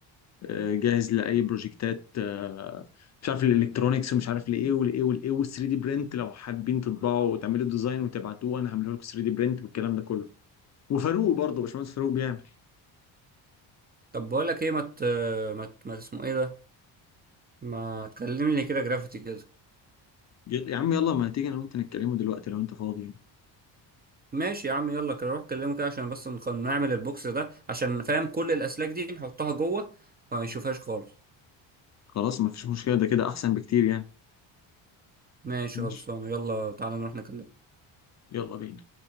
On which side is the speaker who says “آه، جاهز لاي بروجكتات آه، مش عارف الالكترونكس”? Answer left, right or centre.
Left